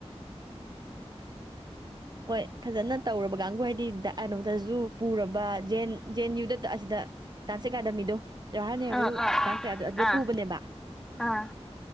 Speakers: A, on the right (about 40°); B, in the centre.
A: ꯍꯣꯏ ꯐꯖꯅ ꯇꯧꯔꯕ ꯀꯥꯡꯕꯨ ꯍꯥꯏꯗꯤ ꯀꯩꯅꯣꯝꯇꯁꯨ ꯄꯨꯔꯕ ꯖꯦꯟ ꯖꯦꯟ ꯌꯨꯗ ꯑꯁꯤꯗ ꯗꯥꯟꯁ ꯑꯦꯀꯥꯗꯃꯤꯗꯣ ꯖꯋꯥꯍꯔ ꯅꯦꯍꯔꯨ
B: ꯑꯥ ꯑꯥ ꯑꯥ
A: ꯗꯥꯟꯁ ꯑꯗꯨꯗ
B: ꯑꯥ
A: ꯄꯨꯕꯅꯦꯕ
B: ꯑꯥ